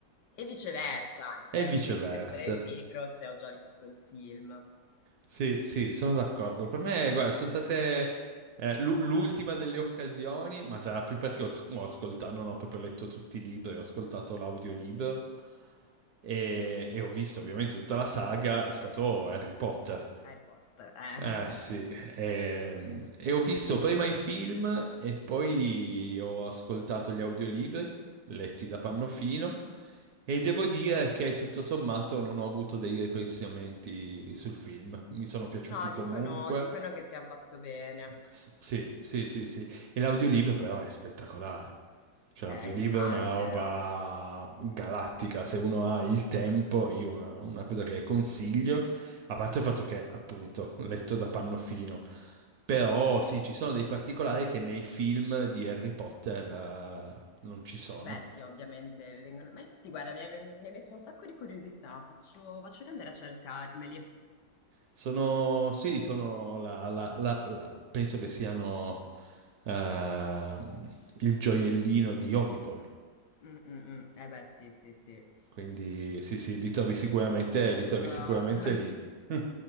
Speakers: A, on the left (about 70°); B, on the right (about 70°).
A: E viceversa, anche,
B: E viceversa.
A: eh, non riesco a leggere il libro se ho già visto il film.
B: Sì, sì, sono d'accordo. Per me, guarda, sono state Eh, l'u- l'ultima delle occasioni, ma sarà più perché ho, s- ho ascoltato, non ho proprio letto tutti i libri, ho ascoltato l'audiolibro e, e ho visto ovviamente tutta la saga, è stato Harry Potter.
A: Harry Potter, eh.
B: Eh
A: <laughs>
B: sì, ehm, e, ho visto prima i film e poi ho ascoltato gli audiolibri letti da Pannofino
A: Mhm.
B: e devo dire che tutto sommato non ho avuto dei ripensamenti sul film, mi sono piaciuti
A: No,
B: comunque.
A: dicono, dicono che sia fatto bene.
B: S- Sì, sì, sì, sì. E l'audiolibro però è spettacolare. Cioè
A: Eh,
B: l'audiolibro
A: immagino.
B: è una roba galattica, se uno ha il tempo, io una, una cosa che consiglio, a parte il fatto che appunto letto da Pannofino, però sì, ci sono dei particolari che nei film di Harry Potter eh, non ci sono.
A: Eh, Beh, sì, ovviamente vengono... Ma infatti, guarda, mi hai, mi hai messo un sacco di curiosità. Faccio, faccio che andare a cercarmeli.
B: Sono, sì, sono la, la- la- la- penso che siano ehm, il gioiellino di Audible.
A: Mm, mm, mm. Eh beh, sì, sì, sì.
B: Quindi sì, sì, li trovi sicuramente,
A: Faccio...
B: li trovi
A: <laughs>
B: sicuramente lì. <laughs>